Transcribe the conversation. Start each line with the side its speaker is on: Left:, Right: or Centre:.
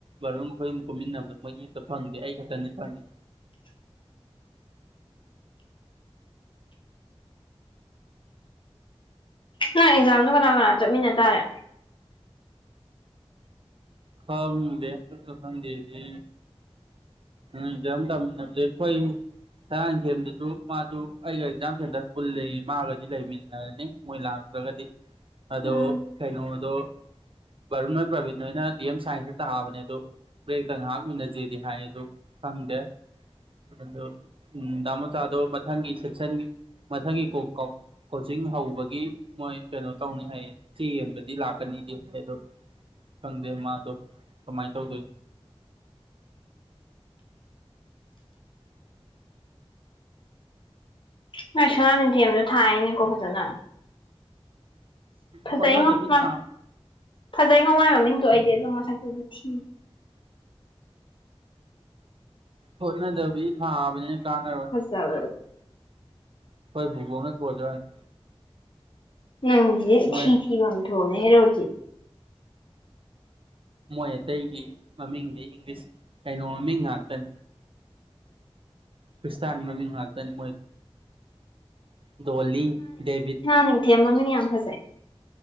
Right: ꯃꯔꯨꯝ ꯑꯩꯈꯣꯏꯨꯝ ꯀꯨꯝꯃꯤꯟꯅꯕꯗ ꯃꯣꯏꯒꯤ ꯑꯝꯇ ꯐꯪꯗꯦ ꯑꯩ ꯈꯛꯇꯗꯤ ꯐꯪꯉꯤ
Left: ꯅ ꯑꯦꯛꯖꯥꯝꯗꯣ ꯀꯅꯥ ꯀꯅꯥ ꯆꯠꯃꯤꯟꯅ ꯇꯔꯦ
Right: ꯈꯗꯦꯗꯗꯤ ꯎꯝ ꯌꯥꯝꯝꯗ ꯃꯅ ꯗꯦꯈꯣ ꯁꯥꯔ ꯏꯟꯊꯦꯝꯗꯁꯨ ꯃꯥꯁꯨ ꯑꯩꯒ ꯑꯦꯛꯖꯥꯝ ꯁꯦꯟꯇꯔ ꯄꯨꯜꯜꯂꯤ ꯃꯥꯒꯗꯤ ꯂꯩꯃꯤꯟꯅꯔꯅꯤ ꯃꯣꯏ ꯂꯥꯛꯇ꯭ꯔꯒꯗꯤ ꯑꯗꯣ
Left: ꯎꯝ
Right: ꯀꯩꯅꯣꯗꯣ ꯕꯥꯔꯨꯟ ꯍꯣꯏ ꯄ꯭ꯔꯕꯤꯟꯣꯏꯅ ꯗꯤ ꯑꯦꯝ ꯁꯥꯏꯟꯖꯇ ꯇꯥꯑꯕꯅꯦ ꯑꯗꯣ ꯕ꯭ꯔꯦꯛꯇ ꯉꯥꯏꯍꯥꯛ ꯎꯨꯟꯅꯖꯦꯗꯤ ꯍꯥꯏ ꯑꯗꯨ ꯐꯪꯗꯦ ꯑꯗꯨꯗꯣꯗꯥ ꯃꯣꯆꯥꯗꯣ ꯃꯊꯪꯒꯤ ꯁꯦꯛꯁꯟ ꯃꯊꯪꯒꯤ ꯀꯣꯛ ꯀꯥꯎꯣꯛ ꯀꯣꯆꯤꯡ ꯍꯧꯕꯒꯤ ꯃꯣꯏ ꯀꯩꯅꯣ ꯇꯧꯅꯤ ꯍꯥꯏꯌꯦ ꯆꯦ ꯌꯦꯟꯕꯗꯤ ꯂꯥꯛꯀꯅꯤꯗꯤ ꯍꯥꯏ ꯑꯗꯣ ꯁꯪꯗꯦ ꯃꯥꯁꯨ ꯀꯃꯥꯏ ꯇꯧꯗꯣꯏ
Left: ꯅꯣꯏ ꯁꯨꯅꯥꯅꯤꯊꯦꯝꯁꯨ ꯊꯥꯏꯑꯅꯦꯀꯣ ꯐꯖꯅ ꯐꯖꯩ
Right: ꯍꯣꯠꯅꯗꯕꯤ
Left: ꯉꯣ ꯃꯥꯏ
Right: ꯊꯥ
Left: ꯐꯖꯩ ꯉꯣ ꯃꯥꯏ ꯃꯃꯤꯡꯗꯣ ꯑꯩꯗꯤ ꯑꯗꯨꯝ ꯃꯁꯛꯇꯨꯗꯤ ꯊꯤ
Right: ꯍꯣꯠꯅꯗꯕꯤ ꯊꯥꯕꯅꯤꯅ ꯀꯥꯟꯅꯔꯣꯢ
Left: ꯆꯕꯔ <inaudible>
Right: ꯑꯩꯈꯣꯢ ꯕꯨꯕꯣꯛꯅꯥ ꯀꯣꯜ ꯇꯧꯔꯛꯑꯝꯃꯤ
Left: ꯅꯪꯒꯤꯗꯤ ꯏꯊꯤ
Right: ꯃꯣꯏ
Left: ꯊꯤꯕꯥ ꯑꯃꯥ ꯊꯨꯡꯌꯦ ꯍꯦꯔꯣꯗꯤ
Right: ꯃꯣꯏ ꯑꯇꯩꯒꯤ ꯃꯃꯤꯡꯗꯤ ꯏꯪꯂꯤꯁ ꯀꯩꯅꯣ ꯃꯃꯤꯡ ꯉꯥꯛꯇꯅꯤ ꯀ꯭ꯔꯤꯁꯇꯥꯟ ꯃꯃꯤꯡ ꯉꯥꯛꯇꯅꯤ ꯃꯣꯏ ꯗꯣꯜꯂꯤ ꯗꯦꯕꯤꯠ
Left: ꯅꯤꯡꯊꯦꯝ ꯃꯃꯤꯡ ꯌꯥꯝ ꯐꯖꯩ